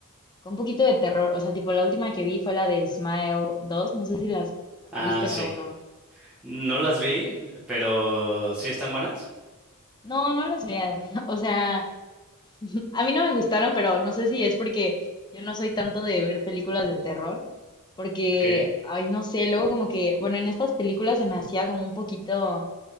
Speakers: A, on the left; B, in the centre.
A: con un poquito de terror, o sea, tipo la última que vi fue la de Smile dos no sé si las
B: Ah,
A: viste
B: sí.
A: la uno
B: No las vi, pero sí están buenas.
A: No, no las veas, <laughs> o sea... A mí no me gustaron, pero no sé si es porque yo no soy tanto de ver películas de terror, porque,
B: Ok,
A: ay, no sé, luego como que, bueno, en estas películas se me hacía como un poquito,